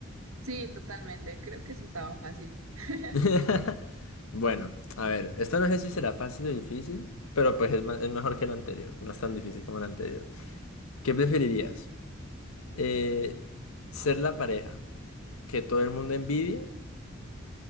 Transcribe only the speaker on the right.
Sí, totalmente. Creo que eso estaba fácil. <laughs>